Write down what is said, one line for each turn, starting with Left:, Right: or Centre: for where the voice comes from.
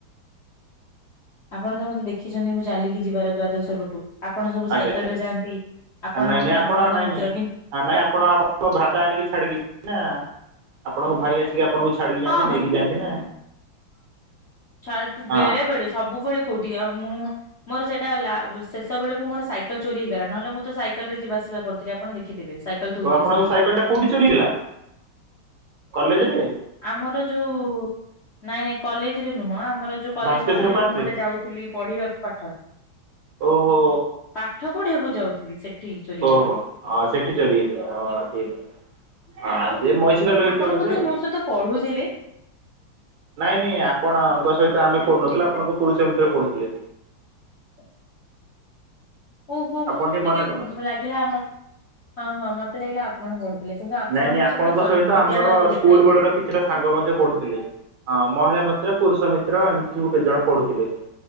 Left: ଆପଣ ତ ମତେ ଦେଖିଛନ୍ତି ମୁଁ ଚାଲିକି ଯିବାର ଦ୍ଵାଦଶ ପଟୁ, ଆପଣ ସବୁ
Right: ଆଜ୍ଞା
Left: ସାଇକେଲ ରେ ଯାଆନ୍ତି ଆପଣ
Right: ନାଇଁ ନାଇଁ ଆପଣ
Left: ଆପଣଙ୍କ
Right: ନାଇଁ
Left: ମିତ୍ର କି
Right: ନାଇଁ ଆପଣ ଆଣ ଭ୍ରାତା ଆଣିକି ଛାଡିକି ନା ଆପଣଙ୍କ ଭାଇ ଆସିକି ଆପଣଙ୍କୁ ଛାଡିକି ଯାଆନ୍ତି,
Left: ହଁ
Right: ନେଇକି ଯାଆନ୍ତି ନା
Left: ଛ। ଡେ
Right: ହଁ
Left: ବେଳେବେେଳେ ସବୁବେଳେ କଉଠି ଆଉ ମୁଁ ମୋର ସେଇଟା ଶେଷ ବେଳକୁ ମୋର ସାଇକେଲ ଚୋରି ହେଇଗଲା ନହେଲେ ମୁଁ ତ ସାଇକେଲ ରେ ଯିବା ଆସି କରୁଥିଲେ ଆପଣ ଦେଖିଥିବେ ସାଇକେଲ ଥଉଥିଲେ
Right: ତ ଆପଣଙ୍କ
Left: ସେଇଠି।
Right: ସାଇକେଲ ଟା କୋଉଠି ଚୋରି ହେଇଥିଲା କଲେଜରେ
Left: ଆମର ଯୋଉ ନାଇଁ ନାଇଁ କଲେଜରେ ନୁହଁ ଆମର ଯୋଉ କଲେଜ
Right: ଭାସ୍କେଶ୍ଵର
Left: ପାଖରେ
Right: ପାର୍କରେ
Left: ମୁଁ ଗୋଟେ ଯାଉଥିଲି ପଢିବାକୁ ପାଠ।
Right: ଓହୋ
Left: ପାଠ ପଢିବାକୁ ଯାଉଥିଲି ସେଠି। ଚୋରି
Right: ଓହୋ,
Left: ହେଲା।
Right: ହଁ ସେଠି ଚୋରି ହେଇଥିଲା, ହଁ, ଠିକ୍ ଅ ହଁ ଏ ମଇଷିକଲ୍ ହେଇଥିବ
Left: ଆପଣ
Right: ବୋଧେ ଆଉ,
Left: ମୋ ସହିତ ପଢୁଥିଲେ
Right: ନାଇଁ ନାଇଁ ଆପଣଙ୍କ ସହିତ ଆମେ ପଢୁନଥିଲେ, ଆପଣଙ୍କ ପୁରୁଷ ମିତ୍ର ପଢୁଥିଲେ
Left: ହ <inaudible> ଓହୋ, ମୁଁ
Right: ଆପଣ
Left: ଟିକେ
Right: ମନେ ପକାନ୍ତୁ
Left: ଲାଗିଲା ଆମ, ହଁ ହଁ ମତେ ଲାଗିଲା ଆପଣ ପଢୁଥିଲେ। କିନ୍ତୁ ଆପଣ
Right: ନାଇଁ ନାଇଁ
Left: ମୋ
Right: ଆପଣଙ୍କ
Left: କଲ୍
Right: ସହିତ
Left: ବିଦ୍ୟାଳୟରେ
Right: ଆମର
Left: ଦେଖା
Right: ସ୍କୁଲ
Left: ହେଇଥିଲେ।
Right: ବେଳର କିଛିଟା ସାଙ୍ଗ ମଧ୍ୟ ପଢୁଥିଲେ। ହଁ ମହିଳା ମିତ୍ର, ପୁରୁଷ ମିତ୍ର, ଏମିତି ସବୁ କେତେ ଜଣ ପଢୁଥିଲେ,